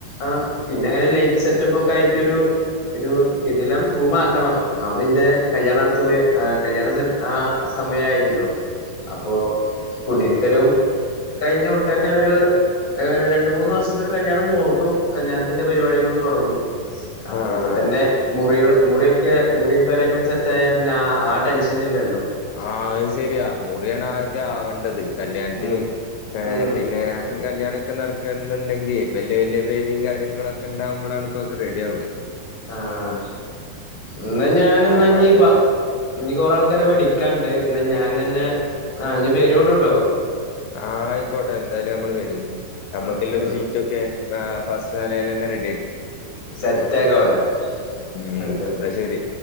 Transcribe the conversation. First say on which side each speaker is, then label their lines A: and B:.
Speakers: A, on the left; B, on the left.
A: ആഹ് പിന്നെ ലൈറ്റ്
B: പി
A: സെറ്റപ്പ് ഒക്കെ ആയിട്ടൊരു ഒരു കിടിലം റൂമാക്കണം ഒന്നാമത് ഇന്റെ കല്യാണ അടുത്തോടെ കല്യാണ സെ ആ സമയായിണ്ടൊ അപ്പോൾ കുട്രിക്കലും കഴിഞ്ഞുണ്ടന്നെ ഒരു ഏഹ് രണ്ടു മൂന്ന് മാസത്തിന് കല്യാണം നോക്കും കല്യാണത്തിന്റെ പരിപാടികളും തുടങ്ങും അപ്പൊ
B: ആഹ്
A: ഇപ്പൊ തന്നെ മുറികൾ മുറിയൊക്കെ മുറിയും പേരൊക്കെ ഒന്ന് സെറ്റയ പിന്നെ ആ ടെൻഷനില്ലല്ലോ
B: ആഹ് അത് ശരിയാ മുറിയാണ്
A: ഉം
B: ആദ്യ ആവേണ്ടത് കല്യാണത്തിന്
A: ഉം
B: ഏഹ്
A: ഉം
B: പിന്നെ കല്യാണൊക്കെ നടക്കണെന്നുണ്ടെങ്കിൽ വലിയ വലിയ പെരിയും കാര്യങ്ങളൊക്കെ ഉണ്ടാവുമ്പോളാണ് ഇപ്പോക്കെ റെഡിയാവുക
A: ആഹ് ഇന്ന ഞാനന്നാഞ്ഞീ
B: അപ്പൊ അതിന്റെ
A: ബാ ഇനി കൊറെ ആൾക്കാരെ വിളിക്കാണ്ട് ഇന്ന ഞാനന്നെ ആ ഇനി വരേണ്ടു ട്ടൊ
B: ആഹ് ആയിക്കോട്ടെ എന്തായാലും നമ്മള് വരും നമ്മുക്കുള്ളൊരു
A: ഓക്കെ ഓക്കെ
B: സീറ്റൊക്കെ ആ ഫസ്റ്റ് നലലന്നെ റെഡിയാക്കി
A: സെറ്റ് ആക്ക അവിടെ
B: ഉം
A: ഓക്കെ ഓക്കെ
B: എന്നാ ശരി